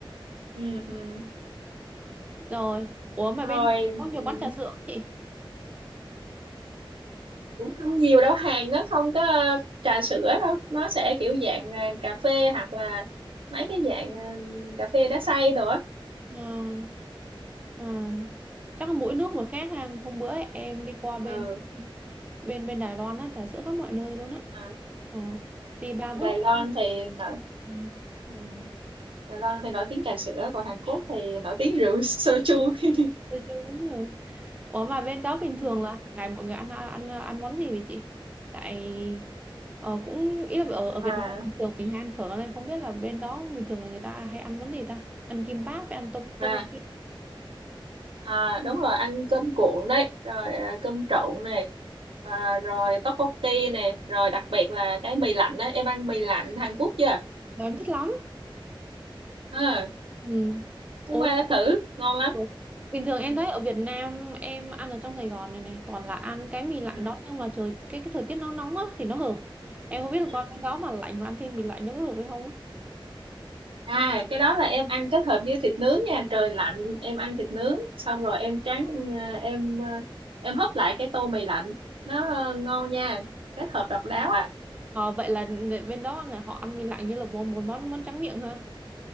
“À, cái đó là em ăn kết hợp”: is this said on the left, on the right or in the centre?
Right